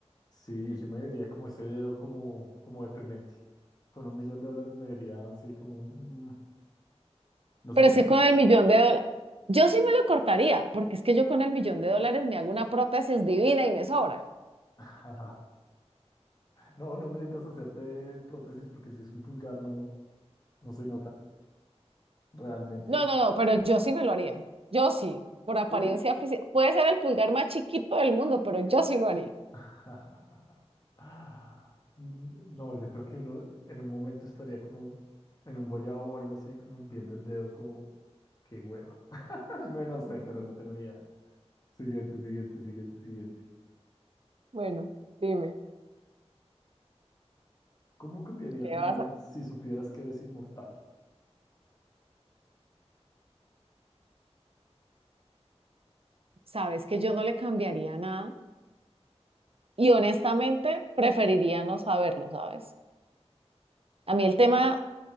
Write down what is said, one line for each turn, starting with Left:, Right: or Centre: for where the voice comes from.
Left: Sí, y yo me vería como ese dedo como, como deprimente. Con un millón de dólares me vería así como, mm, no
Right: Pero
Left: sé si...
Right: es que con el millón de dólares, yo sí me lo cortaría, porque es que yo con el millón de dólares me hago una prótesis divina y me sobra.
Left: <laughs> No, no necesitas hacerte prótesis porque si es un pulgar no, no se nota realmente.
Right: No, no, no, pero yo sí me lo haría, yo sí, por apariencia
Left: Sí.
Right: física. Puede ser el pulgar más chiquito del mundo, pero yo sí lo haría.
Left: <laughs> Ah, No, yo creo que uno en un momento estaría como en un guayabo o algo así, como viendo el dedo como, qué hueva. <laughs> No, no sé, pero no tengo ni idea. Siguiente, siguiente, siguiente, siguiente.
Right: Bueno, dime,
Left: ¿Cómo cambiaría
Right: ¿qué
Left: tu
Right: vas
Left: vida
Right: a...
Left: si supieras que eres inmortal?
Right: Sabes que yo no le cambiaría nada y honestamente preferiría no saberlo, ¿sabes? A mí el tema